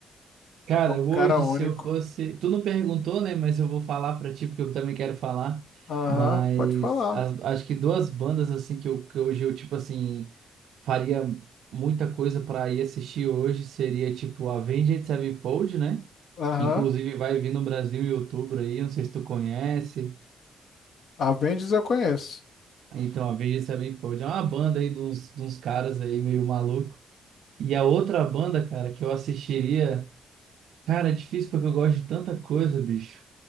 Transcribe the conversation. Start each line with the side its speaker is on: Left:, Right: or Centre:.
Right: Cara,
Left: É um
Right: hoje
Left: cara único.
Right: se eu fosse. Tu não perguntou, né? Mas eu vou falar pra ti, porque eu também quero falar.
Left: Aham,
Right: Mas
Left: pode falar.
Right: as- acho que duas bandas, assim, que, eu, que hoje eu, tipo assim, faria muita coisa pra ir assistir hoje seria, tipo, Avenged Sevenfold, né?
Left: Aham.
Right: Que inclusive vai vir no Brasil em outubro aí, não sei se tu conhece.
Left: Avengers eu conheço.
Right: Então, Avenged Sevenfold é uma banda aí de uns, de uns caras aí meio maluco. E a outra banda, cara, que eu assistiria. Cara, é difícil porque eu gosto de tanta coisa, bicho.